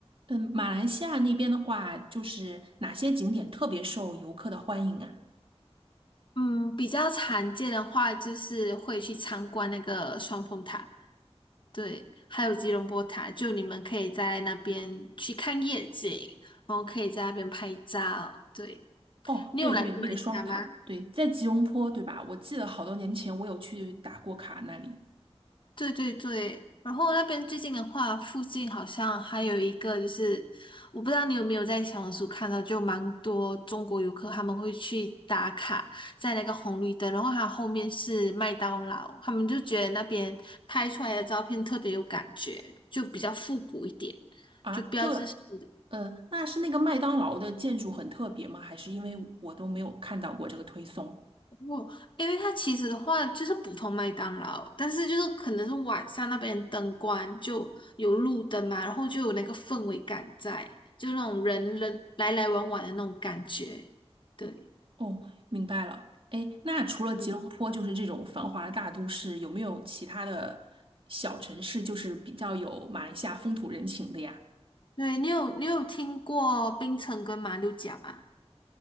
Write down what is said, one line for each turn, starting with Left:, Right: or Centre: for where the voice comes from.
Right: 嗯，马来西亚那边的话，就是哪些景点特别受游客的欢迎啊？
Left: 嗯，比较常见的话就是会去参观那个双峰塔，对，还有吉隆坡塔，就你们可以在那边去看夜景，然后可以在那边拍照。对，
Right: 哦，
Left: 你有来过马来西亚吗？
Right: 对对，那个双塔，对，在吉隆坡，对吧？我记得好多年前我有去打过卡那里
Left: 对对对，然后那边最近的话，附近好像还有一个，就是我不知道你有没有在小红书看到，就蛮多中国游客他们会去打卡在那个红绿灯，然后它后面是麦当劳，他们就觉得那边拍出来的照片特别有感觉，就比较复古一点，
Right: 啊。
Left: 就标志性的。
Right: 这个，呃，那是那个麦当劳的建筑很特别吗？还是因为我都没有看到过这个推送？
Left: 哦，因为它其实的话就是普通麦当劳，但是就是可能是晚上那边灯光就有路灯嘛，然后就有那个氛围感在，就那种人人来来往往的那种感觉。对，
Right: 哦，明白了。哎，那除了吉隆坡，
Left: 嗯，
Right: 就是这种繁华的大都市，有没有其他的小城市，就是比较有马来西亚风土人情的呀？
Left: 对，你有你有听过槟城跟马六甲吗？